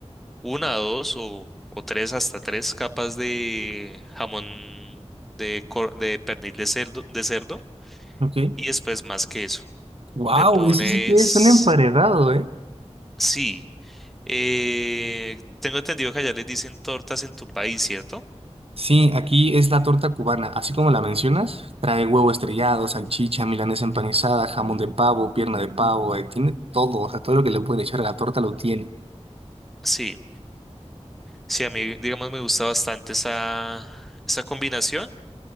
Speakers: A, in the centre; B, on the right.
A: una, dos o, o tres, hasta tres capas de jamón de, cor- de pernil de cerdo, de cerdo
B: Ok.
A: y después más queso.
B: Wow,
A: Le pones,
B: ese sí que es un emparedado, ¿eh?
A: sí, eh, tengo entendido que allá les dicen tortas en tu país, ¿cierto?
B: Sí, aquí es la torta cubana, así como la mencionas, trae huevo estrellado, salchicha, milanesa empanizada, jamón de pavo, pierna de pavo, eh, tiene todo, o sea, todo lo que le pueden echar a la torta lo tiene.
A: Sí, sí, a mí, digamos, me gusta bastante esa, esa combinación.